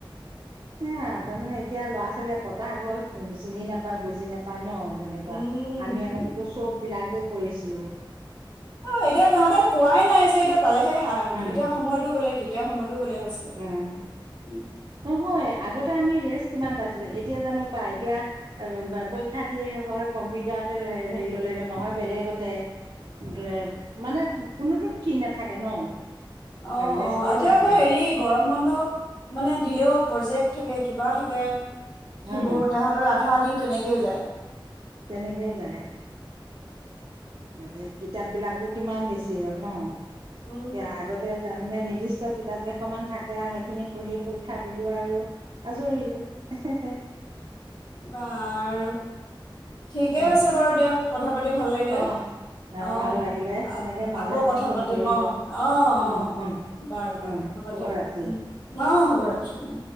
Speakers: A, on the right (about 55°); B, on the left (about 45°).
A: সেয়া তাৰমানে এতিয়া ল'ৰা-ছোৱালীয়ে পতাহ আগৰ চিনি নাপায় বুজি নাপায় ন তেনেকোৱা
B: উম।
A: আমি আগতেটো চব বিলাকেই কৰিছিলোঁ।
B: অ'এতিয়া তহঁতে পোৱাই নাই যে, এতিয়া পালেহে
A: উম
B: এতিয়া সময়তো বেলেগ তেতিয়া সময়তোও বেলেগ আছিলে।
A: উম
B: <unintelligible>
A: নহয়, আগতে আমি ৰেষ্ট কিমান পাইছিলোঁ। এতিয়া জানো পাই, এতিয়া <unintelligible> পৰীক্ষা দিয়ে হয় কম্পিটাতে হেৰি হেৰি ল'লেগে নহয় বেলেগতে <unintelligible> মানে কোনোটোত ফ্ৰী নাথাকে ন
B: অ
A: ব্যস্তই
B: অ এতিয়াও
A: থাকে
B: আকৌ হেৰি গৰম বন্ধ মানে দিলেও, প্ৰজেক্ট থাকে কিবা থাকে সেইবোৰ
A: উম
B: তাহাত ধৰ আধা দিন তেনেকেই যায়্
A: তেনেকেই যায়। <unintelligible> কিতাপবিলাকো কিমান বেছি হ'ল ন
B: উম
A: <unintelligible> আগতে তাৰমানে নিৰ্দিষ্ট কিতাপকেইখনমান থাকে আৰু সেইখিনি পঢ়ি পৰীক্ষা দিলো আৰু আজৰি এহে হে
B: বাৰু, ঠিকে
A: অ
B: আছে বাৰু দিয়ক কথা পাতি ভাল লাগিলে।
A: অ
B: অ'
A: ভাল লাগিলে সেনেকে মাজে
B: আকৌ
A: সময়ে
B: কথা
A: ফোন
B: পাতিম
A: কৰিব
B: অহ অহ অ
A: উম উম
B: অহ বাৰু বাৰু
A: উম শুভৰাত্ৰি।
B: হ'ব দিয়ক উ অ হ'ব ৰাখিছোঁ